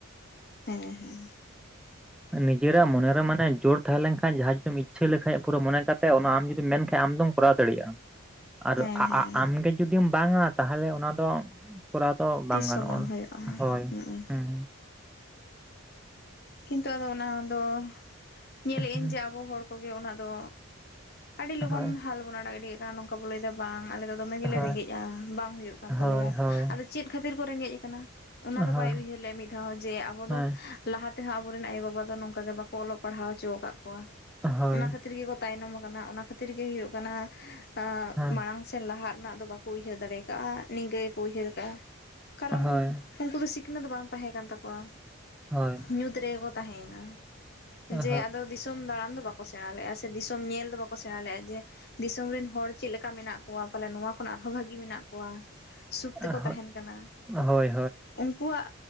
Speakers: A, on the left; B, in the centre.
A: ᱦᱮᱸ ᱦᱮᱸ
B: ᱱᱤᱡᱮᱨᱟᱜ ᱢᱚᱱᱮᱨᱮ ᱢᱟᱱᱮ ᱡᱳᱨ ᱛᱟᱦᱮᱸᱞᱮᱱ ᱠᱷᱟᱡ ᱡᱟᱦᱟᱸ ᱡᱩᱫᱤᱢ ᱤᱪᱪᱷᱟᱹ ᱞᱮᱠᱷᱟᱡ ᱯᱩᱨᱟᱹ ᱢᱚᱱᱮ ᱠᱟᱛᱮ ᱚᱱᱟ ᱟᱢ ᱡᱩᱫᱤᱢ ᱢᱮᱱᱠᱷᱟᱡ ᱟᱢ ᱫᱚᱢ ᱠᱚᱨᱟᱣ ᱫᱟᱲᱮᱜ-ᱟ ᱟᱨ
A: ᱦᱮᱸ
B: ᱟ
A: ᱦᱮᱸ
B: ᱟ ᱟᱢᱜᱮ ᱡᱩᱫᱤᱢ ᱵᱟᱝᱟ ᱛᱟᱦᱚᱞᱮ ᱚᱱᱟ ᱫᱚ ᱠᱚᱨᱟᱣ ᱫᱚ ᱵᱟᱝ
A: ᱛᱤᱥ
B: ᱜᱟᱱᱚᱜᱼᱟ
A: ᱦᱚᱸ ᱦᱩᱭᱩᱜᱼᱟ
B: ᱦᱳᱭ
A: ᱦᱩᱸ
B: ᱦᱩᱸ
A: ᱠᱤᱱᱛᱩ ᱟᱫᱚ ᱚᱱᱟ ᱫᱚ ᱧᱮᱞᱮᱫ
B: ᱦᱩᱸ,
A: ᱟᱹᱧ ᱡᱮ ᱟᱵᱚ ᱦᱚᱲ ᱠᱚᱜᱮ ᱚᱱᱟ ᱫᱚ, ᱟᱹᱰᱤ ᱞᱚᱜᱚᱱ
B: ᱦᱳᱭ
A: ᱦᱟᱞ ᱵᱚᱱ ᱟᱲᱟᱜ ᱜᱤᱰᱤᱠᱟᱜ ᱠᱟᱱᱟ ᱱᱚᱝᱠᱟ ᱵᱚ ᱞᱟᱹᱭᱮᱫᱟ ᱵᱟᱝ ᱟᱞᱮ ᱫᱚ ᱫᱚᱢᱮ ᱜᱮᱞᱮ
B: ᱦᱳᱭ
A: ᱨᱮᱸᱜᱮᱡᱼᱟ ᱵᱟᱝ ᱦᱩᱭᱩᱜ ᱠᱟᱱ
B: ᱦᱳᱭ
A: ᱛᱟᱞᱮᱭᱟ
B: ᱦᱳᱭ
A: ᱟᱫᱚ ᱪᱮᱫ ᱠᱷᱟᱹᱛᱤᱨ ᱠᱚ ᱨᱮᱸᱜᱮᱡ ᱟᱠᱟᱱᱟ ᱚᱱᱟ ᱫᱚ
B: ᱦᱳᱭ
A: ᱵᱟᱭ ᱩᱭᱦᱟᱹᱨ ᱞᱮᱫ ᱟ ᱢᱤᱫ ᱫᱷᱟᱣ ᱡᱮ ᱟᱵᱚ
B: ᱦᱮᱸ
A: ᱫᱚ ᱞᱟᱦᱟ ᱛᱮᱦᱚᱸ ᱟᱵᱚᱨᱮᱱ ᱟᱭᱩ ᱵᱟᱵᱟ ᱫᱚ ᱱᱚᱝᱠᱟ ᱜᱮ ᱵᱟᱠᱚ ᱚᱞᱚᱜ ᱯᱟᱲᱦᱟᱣ ᱚᱪᱚᱣᱟᱠᱟᱫ ᱠᱚᱣᱟ
B: ᱦᱳᱭ
A: ᱚᱱᱟ ᱠᱷᱟᱹᱛᱤᱨ ᱜᱮ ᱛᱟᱭᱱᱚᱢ ᱟᱠᱟᱱᱟ ᱚᱱᱟ ᱠᱷᱟᱹᱛᱤᱨ ᱜᱮ ᱦᱩᱭᱩᱜ ᱠᱟᱱᱟ ᱟᱸ
B: ᱦᱮᱸ
A: ᱢᱟᱲᱟᱝ ᱥᱮ ᱞᱟᱦᱟᱜ ᱨᱮᱱᱟᱜ ᱫᱚ ᱵᱟᱠᱚ ᱩᱭᱦᱟᱹᱨ ᱫᱟᱲᱮ ᱠᱟᱜ-ᱟ ᱱᱤᱝᱠᱟᱹ ᱜᱮᱠᱚ ᱩᱭᱦᱟᱹᱨ ᱠᱟᱜ-ᱟ ᱠᱟᱨᱚᱱ
B: ᱦᱳᱭ
A: ᱩᱱᱠᱩ ᱫᱚ ᱥᱤᱠᱷᱱᱟᱹᱛ ᱫᱚ ᱵᱟᱝ ᱛᱟᱦᱮᱸ ᱠᱟᱱ ᱛᱟᱠᱚᱣᱟ
B: ᱦᱳᱭ
A: ᱧᱩᱛ ᱨᱮᱜᱮ ᱠᱚ ᱛᱟᱦᱮᱸᱭᱮᱱᱟ
B: ᱦᱳᱭ
A: ᱡᱮ ᱟᱫᱚ ᱫᱤᱥ ᱫᱤᱥᱚᱢ ᱫᱟᱬᱟᱱ ᱫᱚ ᱵᱟᱠᱚ ᱥᱮᱬᱟ ᱞᱮᱫ-ᱟ ᱥᱮ ᱫᱤᱥᱚᱢ ᱧᱮᱞ ᱫᱚ ᱵᱟᱠᱚ ᱥᱮᱬᱟ ᱞᱮᱫ-ᱟ ᱡᱮ ᱫᱤᱥᱚᱢ ᱨᱮᱱ ᱦᱚᱲ ᱪᱮᱫ ᱞᱮᱠᱟ ᱢᱮᱱᱟᱜ ᱠᱚᱣᱟ ᱯᱟᱞᱮ ᱱᱚᱶᱟ ᱠᱷᱚᱱᱟᱜ ᱟᱨᱦᱚᱸ ᱵᱷᱟᱜᱤ ᱢᱮᱱᱟᱜ ᱠᱚᱣᱟ ᱥᱩᱠ
B: ᱦᱳᱭ
A: ᱛᱮᱠᱚ ᱛᱟᱦᱮᱱ ᱠᱟᱱᱟ
B: ᱦᱳᱭ ᱦᱳᱭ
A: ᱩᱱᱠᱩᱣᱟᱜ